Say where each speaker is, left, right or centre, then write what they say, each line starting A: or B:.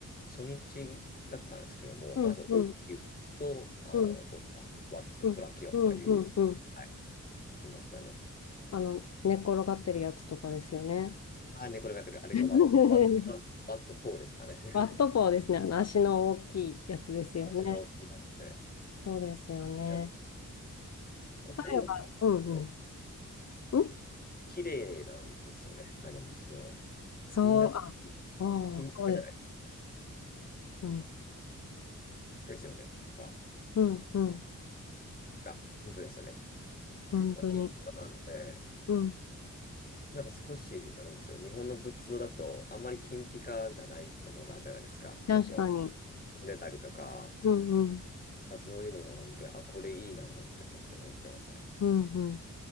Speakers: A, on the left (about 30°); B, on the left (about 55°).
A: 初日だったんですけども、
B: うん、
A: まず、応急と、
B: うん、
A: あの、
B: うん、
A: こういったワット、
B: うん、
A: プラキオとかいう、
B: うん、うん、うん。
A: はい、行きましたね。
B: あの、寝っ転がってるやつとかですよね。
A: ああ、猫が出てる。あれがワット、
B: <laughs>
A: ワット、ワットポーですかね。<laughs>
B: ワットポーですね。あの、足の大きいやつですよね。
A: 足の大きいやつで。
B: そうですよね。
A: いや、もうタイの仏像、
B: 彼は、うん、うん。ん
A: 綺麗なんですよね。タイの仏像。
B: そう、
A: みんな、
B: あ、ああ、
A: 金ピカじゃないですか。
B: そうです。うん、
A: ですよね。とか、
B: うん、うん。
A: あ、本当ですよね。
B: 本当に。
A: まあ、金ピカなので、
B: うん。
A: なんか少しダメなんですよ。日本の仏像だと、あんまり金ピカじゃないところあるじゃないですか。
B: 確かに。
A: ちょっと、踏んでたりとか、
B: うん、うん、
A: まあそういうのがあるんで、あ、これいいなって感じで思ってますね。
B: うん、うん。